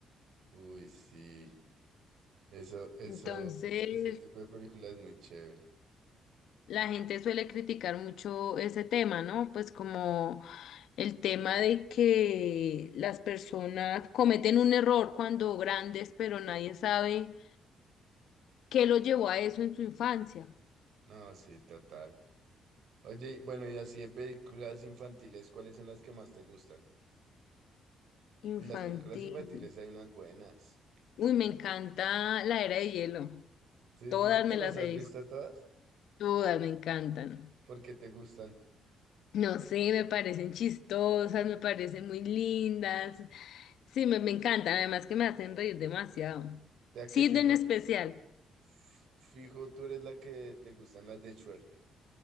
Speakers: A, on the right; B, on the left.
A: Uy, sí. Eso, eso,
B: Entonces,
A: e- ese tipo de película es muy chévere.
B: La gente suele criticar mucho ese tema, ¿no? Pues como el tema de que las personas cometen un error cuando grandes, pero nadie sabe qué lo llevó a eso en su infancia.
A: No, sí, total. Oye, y bueno, y así de películas infantiles, ¿cuáles son las que más te gustan?
B: Infantil.
A: Y las películas infantiles hay unas buenas.
B: Uy, me encanta la era de hielo.
A: Sí,
B: Todas
A: sí, sí, te
B: me
A: las
B: las
A: has
B: he visto,
A: visto todas
B: todas me encantan.
A: porque te gustan.
B: No sé, me parecen chistosas, me parecen muy lindas. Sí, me, me encantan, además que me hacen reír demasiado.
A: Ya
B: Sid
A: que fijo,
B: en especial.
A: f- fijo, tú eres la que te gustan las de Shrek.